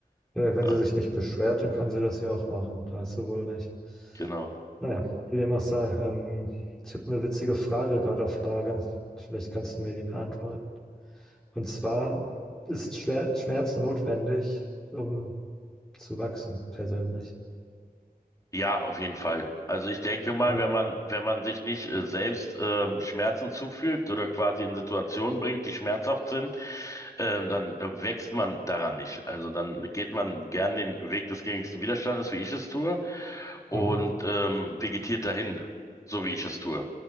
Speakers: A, in the centre; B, on the left (about 20°).
A: Äh, Wenn
B: Ja,
A: sie sich nicht beschwert, dann kann sie das ja auch machen. Da hast du wohl recht.
B: genau.
A: Naja, wie dem auch sei. Ähm, ich habe eine witzige Frage gerade auf Lager. Vielleicht kannst du mir die beantworten. Und zwar ist Schwer Schmerz notwendig, um zu wachsen, persönlich.
B: Ja, auf jeden Fall. Also ich denke mal,
A: Ja,
B: wenn man, wenn man sich nicht äh, selbst ähm, Schmerzen zufügt oder quasi in Situationen bringt, die schmerzhaft sind, ähm, dann äh, wächst man daran nicht. Also dann geht man gern den Weg des geringsten Widerstandes, wie ich es tue und
A: mhm.
B: ähm, vegetiert dahin, so wie ich es tue.